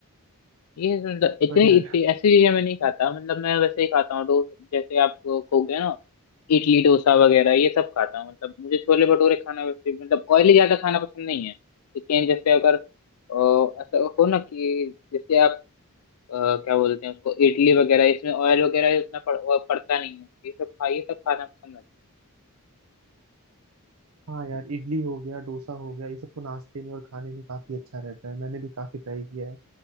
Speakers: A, on the left (about 85°); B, on the right (about 75°).
A: ये मतलब इतनी
B: बट यार
A: इतनी ऐसी चीजें मैं नहीं खाता मतलब मैं वैसे ही खाता हूँ डोसा जैसे आप हो गया ना इडली डोसा वगैरह ये सब खाता हूँ मतलब मुझे छोले भटूरे खाना वैसे मतलब ऑयली ज्यादा खाना पसंद नहीं है लेकिन जैसे अगर अ, ऐसा हो ना कि जैसे आप अ, क्या बोलते हैं उसको इडली वगैरह इसमें ऑयल वगैरह उतना पड़, वो पड़ता नहीं है ये सब खा ये सब खाना पसंद आता
B: हाँ यार इडली हो गया डोसा हो गया ये सब तो नाश्ते में और खाने में काफी अच्छा रहता है मैंने भी काफी ट्राई किया है